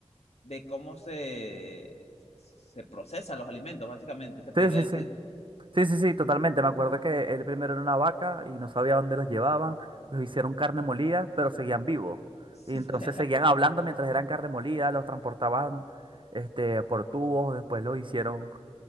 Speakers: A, on the left (about 70°); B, on the right (about 50°).
A: de cómo se, se procesa los alimentos, básicamente, se podría
B: Sí, sí,
A: decir.
B: sí. Sí, sí, sí, totalmente. Me acuerdo que él primero era una vaca y no sabía dónde los llevaban. Los hicieron carne molida, pero seguían vivos. Y
A: <laughs>
B: entonces seguían hablando mientras eran carne molida, los transportaban este, por tubos, después los hicieron...